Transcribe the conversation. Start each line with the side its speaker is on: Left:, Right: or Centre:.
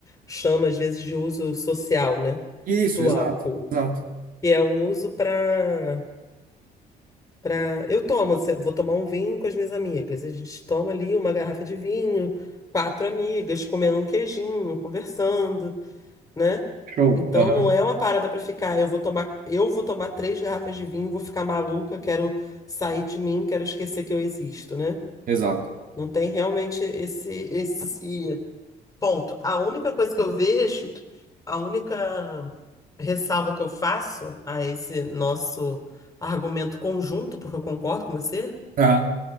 Left: chama às vezes de uso social, né?
Right: isso,
Left: Do
Right: exato,
Left: álcool.
Right: exato.
Left: Que é um uso para Pra... Eu tomo, se- vou tomar um vinho com as minhas amigas. A gente toma ali uma garrafa de vinho, quatro amigas, comendo um queijinho, conversando, né?
Right: Show.
Left: Então
Right: Aham,
Left: não é uma parada pra ficar, eu vou tomar, eu vou tomar três garrafas de vinho, vou ficar maluca, quero sair de mim, quero esquecer que eu existo, né?
Right: Exato.
Left: Não tem realmente esse esse ponto. A única coisa que eu vejo, a única ressalva que eu faço a esse nosso argumento conjunto, porque eu concordo com você,
Right: Aham,